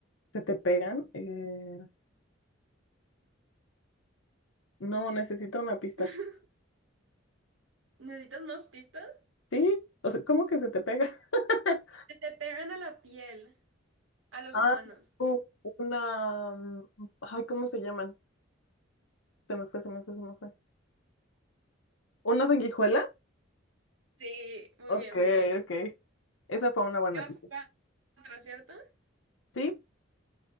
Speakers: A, on the left; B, on the right.
A: ¿Se te pegan? Eh, no, necesito una pista.
B: <laughs> ¿Necesitas más pistas?
A: ¿Sí? O sea, ¿cómo que se te pega? <laughs>
B: Se te pegan a la piel, a los
A: Ah,
B: humanos.
A: u- una... mm, Ay, ¿cómo se llaman? Se me fue, se me fue, se me fue. ¿Una sanguijuela?
B: Sí, muy
A: Ok,
B: bien, muy bien.
A: ok. Esa fue una buena
B: Llevas
A: pista.
B: cuatro, ¿cierto?
A: ¿Sí?